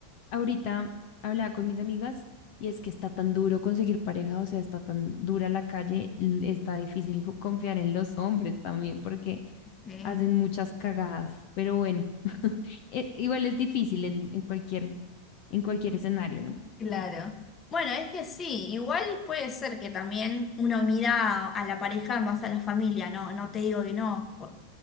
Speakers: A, on the left; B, on the left.
A: ahorita hablaba con mis amigas y es que está tan duro conseguir pareja, o sea, está tan dura la calle, l- está difícil jo- confiar en los hombres también porque
B: Mm.
A: hacen muchas cagadas, pero bueno eh, igual es difícil en, en cualquier, en cualquier escenario, ¿no?
B: Claro. Bueno, es que sí, igual puede ser que también uno mira a la pareja más a la familia, no, no te digo que no, por-